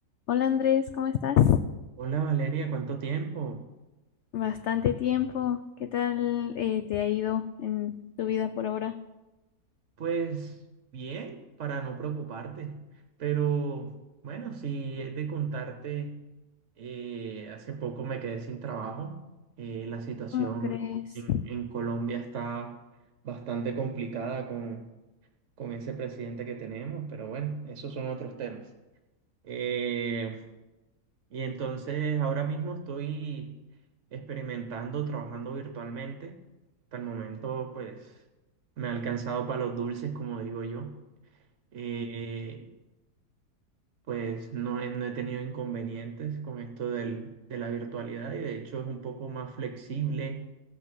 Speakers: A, on the left (about 70°); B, on the right (about 55°).
A: Hola Andrés, ¿cómo estás?
B: Hola Valeria, ¿cuánto tiempo?
A: Bastante tiempo. ¿Qué tal eh, te ha ido en tu vida por ahora?
B: Pues bien, para no preocuparte, pero bueno, si es de contarte, eh, hace poco me quedé sin trabajo. Eh, la situación
A: ¿Cómo crees?
B: en, en Colombia está bastante complicada con, con ese presidente que tenemos, pero bueno, esos son otros temas. Eh, Y entonces ahora mismo estoy experimentando, trabajando virtualmente. Hasta el momento, pues, me ha alcanzado para los dulces, como digo yo. Eh, pues no he, no he tenido inconvenientes con esto del- de la virtualidad y de hecho es un poco más flexible.